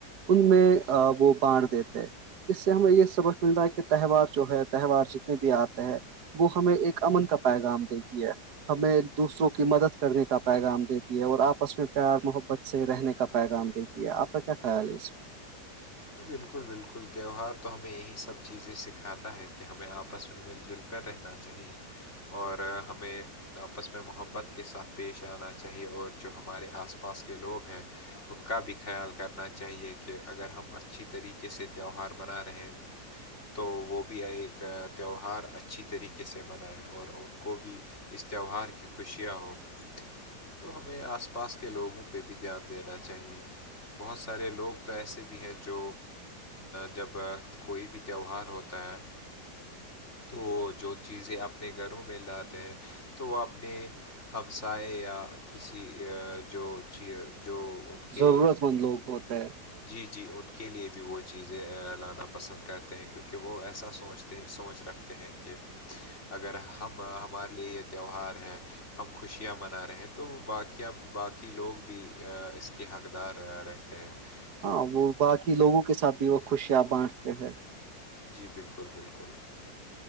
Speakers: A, on the right; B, on the left.
A: ان میں
B: جی جی
A: وہ بڑ دیتے ہیں اس سے ہمیں یہ سبق ملتا ہے کہ تہوار جو ہے تہوار جتنے بھی آتے ہیں ہے وہ ہمیں ایک امن کا پیغام دیتی ہے ہمیں دوسروں کی مدد کرنے کا پیغام دیتی ہے اور آپس میں پیار محبت سے رہنے کا پیغام دیتی ہے آپ کا کیا خیال ہے اس پہ
B: ی بالکل بالکل تیہوار تو ہمیں یہی سب چیزیں سکھاتا ہے کہ ہمیں آپس میں مل جل کر رہنا چاہیے اور ہمیں آپس میں محبت کے ساتھ پیش آنا چاہیے اور جو ہمارے آس پاس کے لوگ ہیں ان کا بھی خیال کرنا چاہیے کہ اگر ہم اچھی طریقے سے تہوہار منا رہے ہیں تو وہ بھی ایک تیوہار اچھی طریقے سے منائےیں اور ان کو بھی اس تہوہار کی خوشیاں ہ تو ہمیں آس پاس کے لوگوں پہ بھی دھیان دینا چاہیے بہت سارے لوگ تو ایسے بھی ہیں جو جب کوئی بھی تہوار ہوتا ہے تو وہ جو چیزیں اپنے گھروں میں لاتے ہیں تو وہ اپنے ہمسائے یا کسی جو چ جو کے
A: ضرورت مند لوگ ہوتے ہیں
B: جی جی ان کے لیے بھی وہ چیزیں لانا پسند کرتے ہیں کیونکہ وہ ایسا سوچتے سوچ رکھتے ہیں کہ اگر ہم ہمارے لیے یہ تہوار ہے ہم خوشیاں منا رہے ہیں تو باقیا باقی لوگ بھی اس کے حقدار رہتے کہ
A: ہاں وہ باقی لوگوں کے ساتھ بھی وہ خوشیاں
B: ہیں۔
A: بانٹتے ہیں
B: جی بالکل بالکل